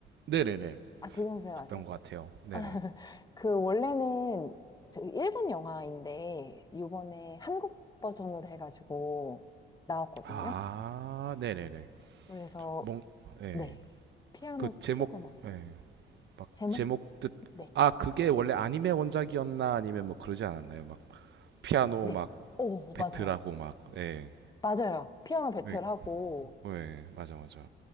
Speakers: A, on the right (about 65°); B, on the left (about 20°).
A: 네네네.
B: 아, 도경수 배우
A: 봤던
B: 아세요?
A: 것 같아요. 네네.
B: <laughs> 그 원래는 저 일본 영화인데 요번에 한국 버전으로 해가지고 나왔거든요.
A: 아, 네네네.
B: 그래서
A: 뭔, 예.
B: 네 피아노
A: 그 제목,
B: 치고 막
A: 예. 막
B: 제목
A: 제목 듣,
B: 네
A: 아, 그게 원래 아니메 원작이었나 아니면 뭐 그러지 않았나요? 막 피아노
B: 네
A: 막
B: 오
A: 배틀하고
B: 맞아요
A: 막, 예.
B: 맞아요 피아노 배틀하고
A: 네, 예, 맞아, 맞아.